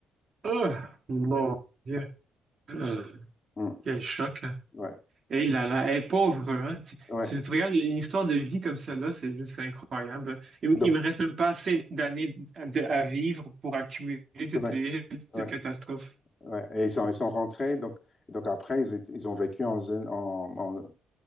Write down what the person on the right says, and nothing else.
Oh, mon Dieu. Euh,
quel choc. hein.
Hey là là, hey, pauvre, hein. Tu,
tu te regardes une histoire de vie comme celle-là, c'est juste incroyable. Il,
il me reste même pas assez d'années à, de- à vivre pour accumuler toutes
les, <laughs> toutes
ces catastrophes.